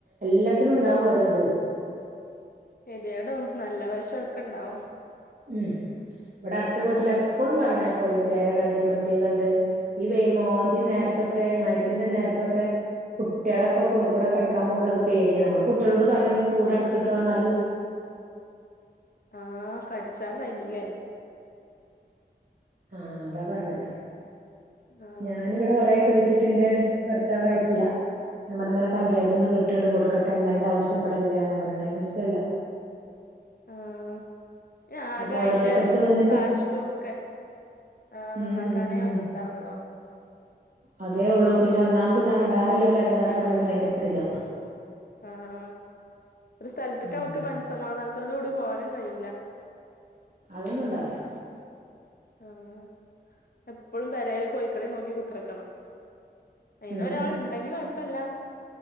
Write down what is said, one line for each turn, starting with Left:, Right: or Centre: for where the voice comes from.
Right: എല്ലത്തിനുണ്ടാവും ഓരോത്
Left: കെദ്യേടും നല്ല വശം ഒക്കെണ്ടാവും
Right: ഉം ഇവിടെ അട്ത്തെ വീട്ടിൽ എപ്പളും പറീണെ ക്കോല് ചേര കണ്ട് മറ്റേ കണ്ട് ഇ പ്പെയ് മോന്തി
Left: ഏഹ്
Right: നേര്ത്തൊക്കെ മയ്രി ബിൻ്റെ നേര്ത്തൊക്കെ കുട്ട്യാളൊക്കെ കോയിക്കൂടൊക്കെ അടക്കാൻ പോമ്പളൊക്കെ പേടിയാണ് ഞമ്മള് കുട്ട്യാളോട് പറയാ ഒന്ന് കൂട് അടക്കിട്ടു പറഞ്ഞാല്
Left: ആഹ് കടിച് ച്ചാ കയ് ഞ്ഞിലെ
Right: ആഹ് അതാ പറഞ്ഞേ
Left: ആഹ്
Right: ഞാനിവിടെ കൊറേ ചോയിച് ച്ചിട്ടിന്റെ ഭർത്താവ് അയ്ച്ചില ഞാൻ പർഞ്ഞിങ്ങനെ പഞ്ചായത്തിന്ന് കിട്ടിണ്ട് കൊട്ക ട്ട അയ്ന്റെ ആവശ്യം ഇവടെല്ലാന്ന പറീണേ അയിന് ഇഷ്ടല്ല
Left: ആഹ് ആകെ
Right: അത് ഓരോരുത്തരത്
Left: അയിന്റെ
Right: വന്നിട്ട്
Left: കാഷ്ടവും ഒക്കെ ആ
Right: ഉം
Left: നന്നാക്കാനേ
Right: ഉം ഉം
Left: ഒയിവിണ്ടാവോള്ളൂ
Right: അതേ ഉള്ളൂ പിന്നെ ഒന്നാമത് ഇതാണ് വേറെല്ലോലെ എടങ്ങേറാക്കണത് ഒര് ഭയങ്കര <unintelligible>
Left: ആഹ് ഒരു സ്ഥൽത്തിക്ക്ംക്ക്
Right: ഉം
Left: മൻസ്സമാധാനത്തോ ട്കൂടി പോവാനും കയ്യൂല
Right: അതൊന്നുണ്ടാവ്ല
Left: ആഹ് എ പ്പളും പെരേല് കൊയ്ക്കളീം നോ കുത്ത്രക്കണം അയിന
Right: ഉം
Left: ഒരാൾ ഇണ്ടെങ്കി കൊയ്പ്പല്ല